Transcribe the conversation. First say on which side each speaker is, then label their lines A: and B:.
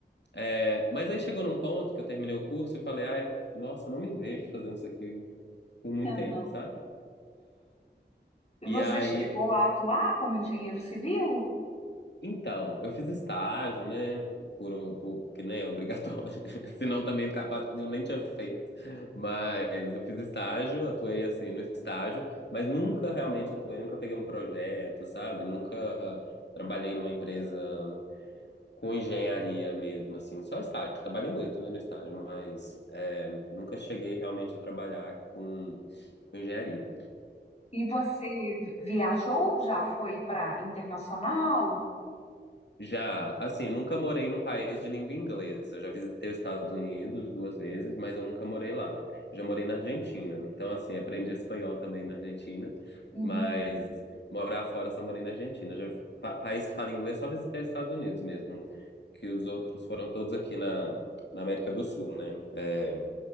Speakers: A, on the left (about 75°); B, on the left (about 35°).
A: É, mas aí chegou num ponto que eu terminei o curso e falei, ai, nossa, não me vejo fazendo isso aqui por muito
B: Aham.
A: tempo, sabe?
B: E
A: E
B: você
A: aí,
B: chegou a atuar como engenheiro civil?
A: então, eu fiz estágio, né? Por, um- por que nem é obrigatório, <laughs> senão também capaz eu nem tinha feito. Mas eu fiz estágio, atuei assim no estágio, mas nunca realmente atuei, nunca peguei um projeto, sabe? Nunca trabalhei numa empresa com engenharia mesmo, assim, só estágio. Trabalhei muito, né, no estágio, mas é, nunca cheguei realmente a trabalhar com, com engenharia.
B: E você vi- viajou? Já foi para internacional?
A: Já, assim, nunca morei num país de língua inglesa. Eu já visitei os Estados Unidos duas vezes, mas eu nunca morei lá. Já morei na Argentina. Então, assim, aprendi espanhol também na Argentina,
B: Uhum,
A: mas morar fora eu só morei na Argentina. Já, pa- país que fala inglês, só visitei os Estados Unidos mesmo, que os outros foram todos aqui na, na América do Sul, né? É,